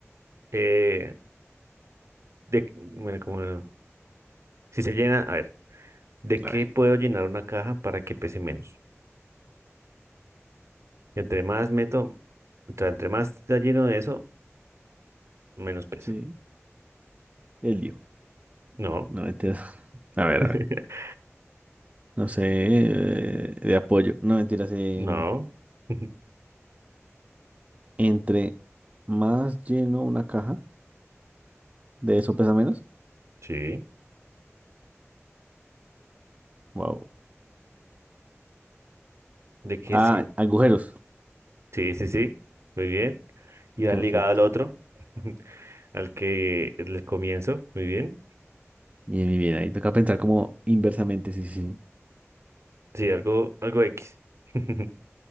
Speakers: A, on the right; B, on the right.
A: eh, de, bueno, como, si se llena, a ver, ¿de
B: A
A: qué
B: ver.
A: puedo llenar una caja para que pese menos? Entre más meto, o sea, entre más está lleno de eso, menos pesa.
B: Sí, el lío.
A: No,
B: No, entiendo. <laughs> A ver,
A: <laughs>
B: a ver. no sé, eh, de apoyo. No, mentiras, eh,
A: no, <laughs>
B: entre más lleno una caja, de eso pesa menos.
A: sí,
B: Wow.
A: ¿de qué
B: ah,
A: sí?
B: agujeros.
A: Sí, sí, sí, muy bien. Y al
B: Perfecto.
A: ligado al otro, <laughs> al que les comienzo, muy bien.
B: Bien, bien, bien. Ahí toca pensar como inversamente, sí, sí. sí.
A: Sí, algo, algo X. <laughs>